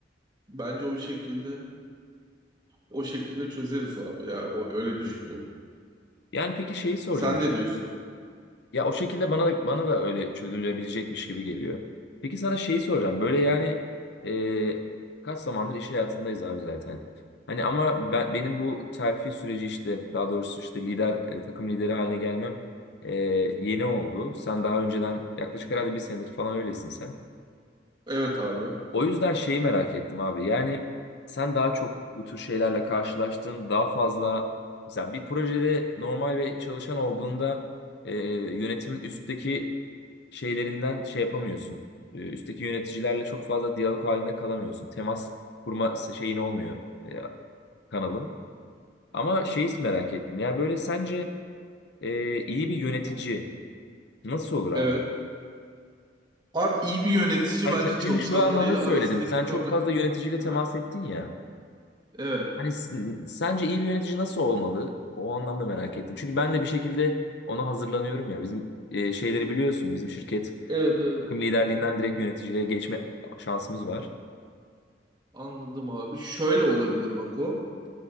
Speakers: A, on the right; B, on the left.
A: Bence o şekilde. O şekilde çözeriz abi ya. O öyle düşünüyorum.
B: Yani peki şeyi soracağım.
A: Sen ne diyorsun?
B: Ya o şekilde bana da bana da öyle çözülebilecekmiş gibi geliyor. Peki sana şeyi soracağım. Böyle yani e, kaç zamandır iş hayatındayız abi zaten. Hani ama ben, benim bu terfi süreci işte daha doğrusu işte lider e, takım lideri haline gelmem e, yeni oldu. Sen daha önceden yaklaşık herhalde bir senedir falan öylesin sen.
A: Evet abi.
B: O yüzden şeyi merak ettim abi. Yani sen daha çok bu tür şeylerle karşılaştın. Daha fazla mesela bir projede normal ve çalışan olduğunda e, yönetimin üstteki şeylerinden şey yapamıyorsun. E, üstteki yöneticilerle çok fazla diyalog halinde kalamıyorsun. Temas kurma şeyin olmuyor e, kanalın. Ama şeyi merak ettim. Yani böyle sence e, iyi bir yönetici nasıl olur abi?
A: Evet. Abi iyi bir yönetici
B: Hani
A: bence
B: sen-
A: çalışanlarıyla
B: çünkü şu anlamda söyledim.
A: arasındaki
B: Sen
A: problem.
B: çok fazla yöneticiyle
A: Aha.
B: temas ettin ya.
A: Evet.
B: Hani s- sence iyi bir yönetici nasıl olmalı? O anlamda merak ettim. Çünkü ben de bir şekilde ona hazırlanıyorum ya. Bizim e, şeyleri biliyorsun. Bizim şirket
A: Evet evet.
B: takım liderliğinden
A: Aha.
B: direkt yöneticiliğe geçme şansımız var.
A: Anladım abi. Şöyle olabilir bak o.